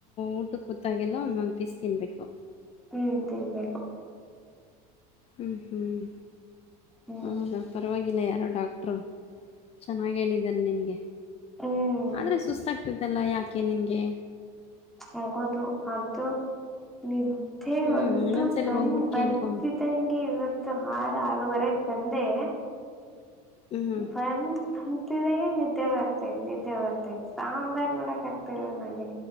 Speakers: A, on the left; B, in the centre.
A: ಊಟ ಕೂತಾಗೆಲ್ಲ ಒಂದೊಂದು್ ಪೀಸ್ ತಿನ್ಬೇಕು
B: ಹ್ಮ್ ತಿನ್ಬೇಕು
A: ಹ್ಞೂ ಹ್ಞ
B: ಹ್ಮ್
A: ಹೌದಾ ಪರವಾಗಿಲ್ಲ ಯಾರೋ ಡಾಕ್ಟ್ರು ಚೆನ್ನಾಗ ಹೇಳಿದ್ದಾರೆ ನಿನ್ಗೆ
B: ಹ್ಮ್
A: ಆದ್ರೆ ಸುಸ್ತಾಗಗ್ತಿದ್ದಲ್ಲ ಯಾಕೆ ನಿನ್ಗೆ
B: ಹೋಗೋದು ಆದೂ ನಿದ್ದೆ
A: ಹ್ಞೂ
B: ಒಂತ
A: ಇನ್ನೊಂದ್ಸಲಿ
B: ಬಂದ
A: ಹೋಗ್ಬಿಟ್ಟು
B: ಬಿದ್ದ
A: ಕೇಳ್ಕೊಂಬ
B: ಮತ್ತಂಗೆ ಇವತ್ತು ಆರು ಆರವರೆಗೆ ಬಂದೆ
A: ಹ್ಞೂ
B: ಬಂದ ಬಂತಿದ ನಿದ್ದೆ ಬರ್ತೈತ್ ನಿದ್ದೆ ಬರ್ತೈತ್ ಸಾಂಬಾರ್ ಮಾಡಕ್ ಆಗ್ತಿಲ್ಲ ನಂಗೆ